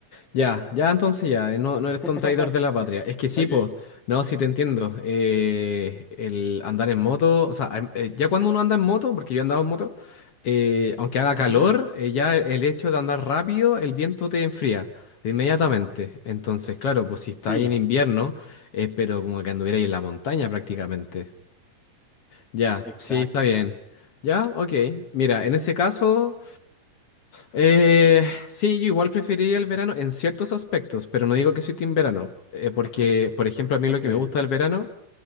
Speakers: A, on the left; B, in the centre.
A: Ya, ya entonces ya, eh, no, no eres
B: <laughs>
A: tan traidor de la patria. Es que sí,
B: Ok.
A: po, no, sí te entiendo. Eh, el andar en moto, o sea, em- eh, ya cuando uno anda en moto, porque yo he andado en moto, eh, aunque haga
B: ujú,
A: calor, eh, ya el hecho de andar rápido, el viento te enfría inmediatamente. Entonces, claro, pues si está
B: Sí,
A: ahí en invierno, es pero como que anduvierais en la montaña prácticamente. Ya,
B: exacto.
A: sí, está bien. Ya, ok. Mira, en ese caso, eh, sí, yo igual preferiría el verano en ciertos aspectos, pero no digo que soy team verano, eh, porque, por ejemplo, a mí
B: Ok.
A: lo que me gusta del verano,